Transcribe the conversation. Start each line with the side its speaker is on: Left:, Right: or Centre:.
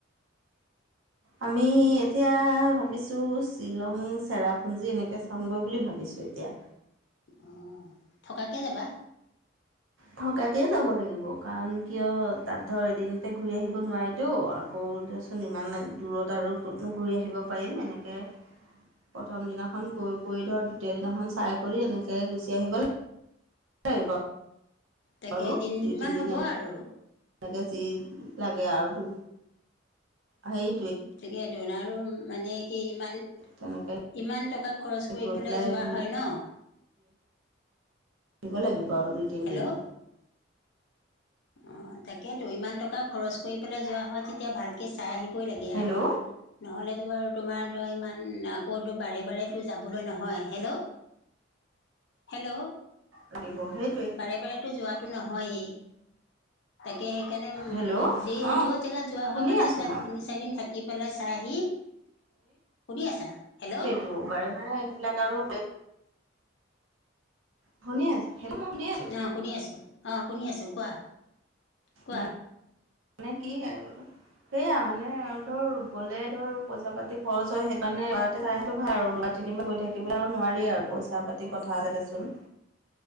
Left: <unintelligible>
Right: আমি এতিয়া ভাবিছোঁ শ্বিলং, চেৰাপুঞ্জী এনেকে চ পামগৈ বুলি ভাবিছোঁ এতিয়া।
Left: অঁ, থকাকে যাবা?
Right: থকাকে যাব লাগিব কাৰণ, কিয়' তাত ধৰ এদিনতে ঘূৰি আহিব নোৱাৰিতো, অহ কৌ দেয়চোন ইমানে দূৰত আৰু কিত'নো ঘূৰি আহিব পাৰিম। এনেকে প্ৰথম দিনাখন গৈ কৈ ধৰ, দ্বিতীয় দিনাখন চাই কৰি এনেকে গুচি আহিব লাগ লাগিব।
Left: তাকে
Right: আৰু
Left: তিনিদিনমান
Right: দুই তিনিদিন
Left: হ'ব আৰু।
Right: <unintelligible> যি লাগে আৰু টো, সেই
Left: তিকেতো দোনাৰো মানে কি ইমান
Right: তেনেকৈ
Left: ইমান টকা খৰচ কৰি
Right: গৈ
Left: পেলাই যোৱা
Right: ঘূৰি
Left: হয় ন?
Right: আহিব লাগিব আৰু দুই তিনদিন।
Left: হেল্ল' অঁ তাকে তো, ইমান টকা খৰচ কৰি পেলাই যোৱা হয়, তেতিয়া ভালকে চাই আহিবই লাগ এয়া
Right: হেল্ল'
Left: আৰু। নহ'লেতো বাৰু তোমাৰ তই ইমান আকৌতো বাৰে বাৰেতো যাবলৈ নহয়। হেলৌ! হেলৌ।
Right: লাগিব সেইটোৱে
Left: বাৰে বাৰেতো যোৱাতটো নহয়েই। তাকে সেইকাৰণে উম
Right: হেল্ল'
Left: যি
Right: অঁ
Left: যত জেগাত যোৱা
Right: শুনি
Left: হয় মানে
Right: আছোঁ
Left: তাত
Right: মই
Left: তিনি-চাৰি দিন থাক কি পেলাই চাইহি, শুনি আছা? হেল্ল'!
Right: টো বাৰে বাৰে এবিলাক আৰু শুনি আছো, হেনো মই শুনি আছো।
Left: অঁ শুনি আছোঁ, অঁ শুনি আছোঁ কোৱা! কোৱা?
Right: মানে মানে কি আৰু সেয়া মানে আৰু ধৰ, গ'লে ধৰ পইচা-পাতি খৰচ হয়, সেইকাণে বা দেঠাই হত ভাল আৰু বা তিনিবাৰ গৈ থাকিব আৰু নোৱাৰি আৰু পইচা-পাতি কথা আছে দেচোন।
Left: <unintelligible>